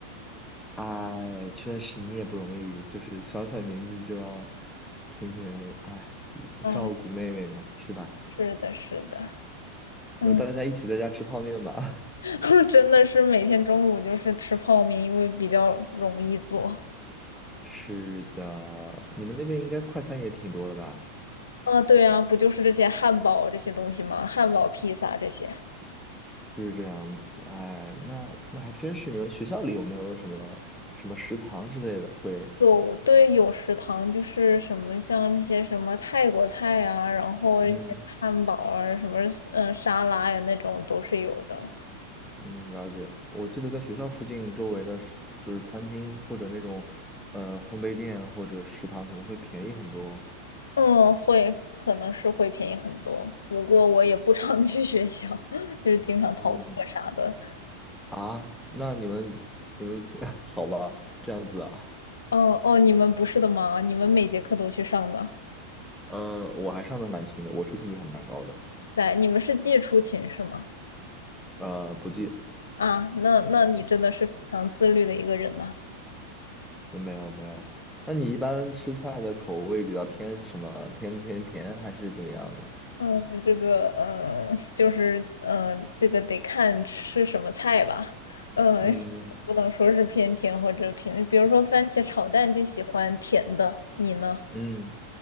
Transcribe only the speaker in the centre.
哎，确实你也不容易，就是小小年纪就要天天哎照顾妹妹嘛，
是吧？
那大家一起在家吃泡面吧。
<laughs> 是的，你们那边应该快餐也挺多的吧？
就是这样子。哎，那那还真是，你们学校里有没有什么什么食堂之类的会？
嗯
嗯，了解。我记得在学校附近周围的是就是餐厅或者那种呃烘焙店或者食堂可能会便宜很多。
嗯，啊，那你们你们 <laughs> 好吧，这样子啊，
呃，我还上的蛮勤的，我出勤率还蛮高的，
呃，不记，
呃没有没有。那你一般吃菜的口味比较偏什么？偏甜甜还是怎么样呢？
嗯
嗯，